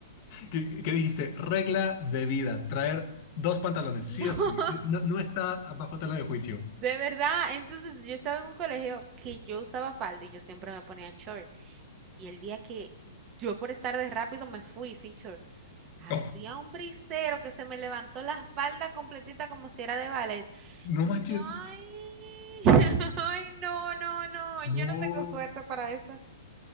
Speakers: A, on the left; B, on the right.
A: ¿Qué, qué dijiste? Regla de vida, traer dos pantalones, sí
B: <laughs>
A: o sí. No, no está bajo tela de juicio.
B: De verdad, entonces yo estaba en un colegio que yo usaba falda y yo siempre me ponía short. Y el día que yo por estar de rápido me fui sin short, hacía
A: Oh,
B: un brisero que se me levantó la falda completita como si era de ballet.
A: no
B: Y
A: manches.
B: yo, ay, <laughs> ay, no, no, no,
A: No.
B: yo no tengo suerte para eso.